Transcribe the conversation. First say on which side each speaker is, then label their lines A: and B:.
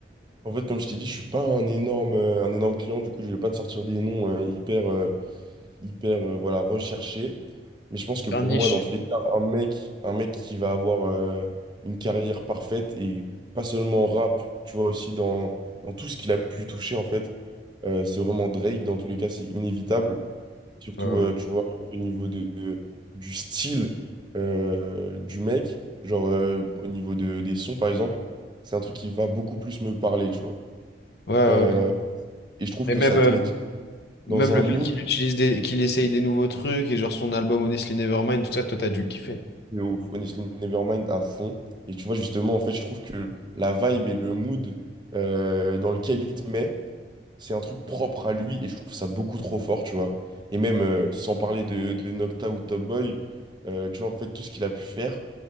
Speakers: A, on the right (about 25°); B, on the left (about 60°).
A: En fait, comme je t'ai dit, je suis pas un énorme, euh, un énorme client, du coup, je vais pas te sortir des noms euh, hyper, euh, hyper euh, voilà, recherché. Mais je pense que
B: Faire
A: pour
B: niche.
A: moi, dans tous les cas, un mec, un mec qui va avoir euh, une carrière parfaite et pas seulement en rap, tu vois, aussi dans, dans tout ce qu'il a pu toucher, en fait, euh, c'est vraiment Drake. Dans tous les cas, c'est inévitable. Surtout,
B: Ouais, ouais.
A: euh, tu vois, au niveau de, de- du style euh, du mec, genre euh, au niveau de, des sons, par exemple, c'est un truc qui va beaucoup plus me parler, tu vois.
B: Ouais, ouais,
A: Euh,
B: ouais.
A: et je trouve
B: Et
A: que
B: même,
A: ça
B: euh,
A: te met
B: même
A: dans
B: le
A: un mood.
B: fait qu'il utilise des, qu'il essaye des nouveaux trucs et genre son album Honestly Nevermind, tout ça, toi t'as dû kiffer.
A: De ouf, Honestly Nevermind à fond. Et tu vois, justement, en fait, je trouve que la vibe et le mood euh, dans lequel il te met, c'est un truc propre à lui et je trouve ça beaucoup trop fort, tu vois. Et même euh, sans parler de, de Nocta ou Top Boy, euh, tu vois, en fait, tout ce qu'il a pu faire,